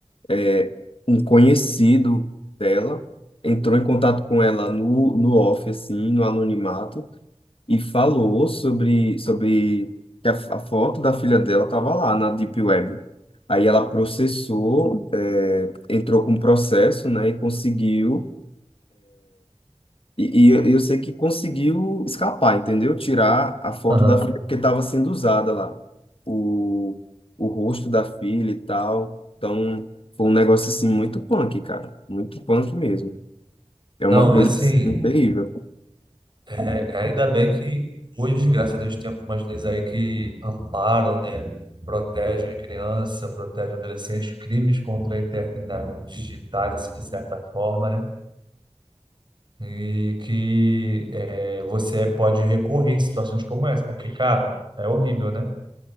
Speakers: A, on the left; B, on the right.
A: é, um conhecido dela, entrou em contato com ela no, no off, assim, no anonimato, e falou sobre, sobre que a, a foto da filha dela estava lá na Deep Web. Aí ela processou, é, entrou com processo, né, e conseguiu. E, e eu eu sei que conseguiu escapar, entendeu? Tirar a foto
B: Aham.
A: da filha porque estava sendo usada lá. O, o rosto da filha e tal. Então, foi um negócio assim muito punk, cara. Muito punk mesmo. É uma
B: Não,
A: coisa
B: é assim.
A: assim, terrível.
B: É, ainda bem que hoje, graças a Deus, tem algumas leis aí que amparam, né? Protegem criança, protegem adolescentes, crimes contra a eternidade digitais, assim, de certa forma, né? E que é, você pode recorrer em situações como essa, porque, cara, é horrível, né?